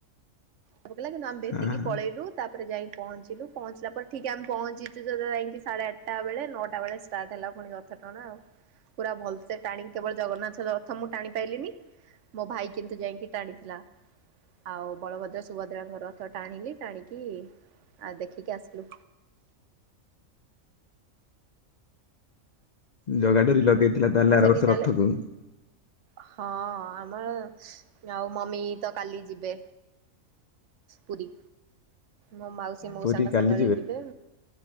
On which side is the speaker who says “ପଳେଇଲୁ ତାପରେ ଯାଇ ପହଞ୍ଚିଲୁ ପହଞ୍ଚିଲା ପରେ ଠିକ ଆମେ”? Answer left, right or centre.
Right